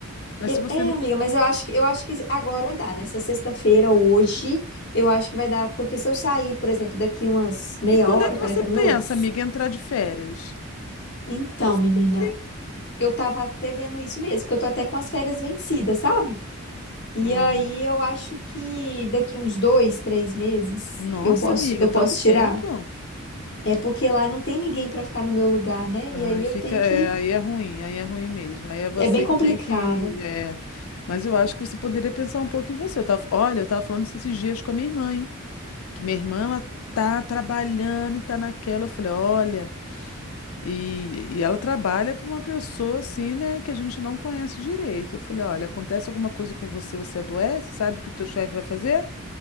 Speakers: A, on the left; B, on the left.
A: Mas
B: E-
A: se você
B: É,
A: não.
B: amiga,
A: co-
B: mas eu acho que eu acho que agora dá. Nessa sexta-feira, hoje, eu acho que vai dar, porque se eu sair, por exemplo, daqui umas meia
A: E quando
B: hora,
A: é que
B: 40
A: você pensa,
B: minutos.
A: amiga, em entrar de férias?
B: Então,
A: Tá difícil,
B: menina,
A: hein?
B: eu tava até vendo isso mesmo, porque eu tô até com as férias vencidas, sabe? E
A: Ah,
B: aí eu acho que daqui uns dois, três meses
A: nossa,
B: eu posso,
A: amiga,
B: eu posso
A: tanto tempo?
B: tirar. É porque lá não tem ninguém pra ficar no meu lugar, né?
A: Ai,
B: E aí
A: fica.
B: eu tenho
A: é,
B: que.
A: aí é ruim, aí é ruim mesmo. Aí é você
B: É bem complicado.
A: que tem que. é. Mas eu acho que você poderia pensar um pouco em você. Eu tava, olha, eu tava falando isso esses dias com a minha irmã, hein? que minha irmã ela tá trabalhando e tá naquela. Eu falei, olha, e, e ela trabalha para uma pessoa assim, né, que a gente não conhece direito. Eu falei, olha, acontece alguma coisa com você, você adoece, sabe o que o teu chefe vai fazer?